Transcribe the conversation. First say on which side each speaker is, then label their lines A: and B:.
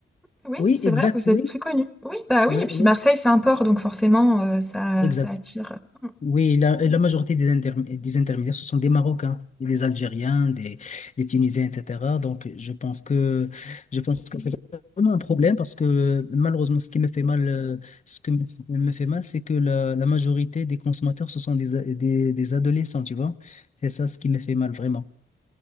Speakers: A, in the centre; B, on the left.
A: Oui,
B: Oui,
A: c'est
B: exact.
A: vrai, vous
B: Oui,
A: êtes très connu. Oui, bah oui,
B: oui,
A: et puis
B: oui,
A: Marseille, c'est un port, donc forcément, euh, ça,
B: exact.
A: ça attire. Mm.
B: Oui, la, la majorité des, interm- des intermédiaires, ce sont des Marocains, et des Algériens, des, des Tunisiens, etc. Donc, je pense que, je pense que c'est vraiment un problème parce que malheureusement, ce qui me fait mal, euh, ce qui me me fait mal, c'est que la, la majorité des consommateurs, ce sont des, a- des, des adolescents, tu vois. C'est ça ce qui me fait mal vraiment.